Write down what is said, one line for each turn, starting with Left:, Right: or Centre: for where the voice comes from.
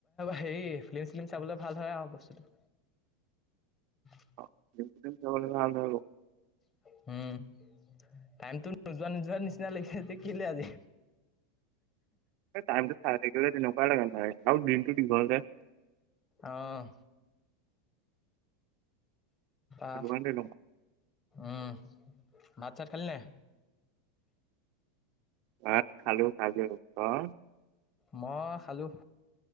Left: হেৰি ফিলি্ম চিলিম চাবলৈ ভাল হয় আৰু বস্তুটো উ
Right: অ ফি‍ল্ম চিল্ম চাবলে ভাল আৰু
Left: উম টাইমতো নোযোৱা নোযোৱা নিচিনা লাগি আছে কেলে আজি
Right: টাইমটো চাই থাকিলে তেনেকুৱাই‌ লাগে চাগে আৰু দিনটো দীঘল যে
Left: অহ অ
Right: সেইটো কাৰণে তেনেকুৱা
Left: উম ভাত চাত খালি নে নাই
Right: ভাত খালো খাইছো অ তই
Left: মই খালোঁ।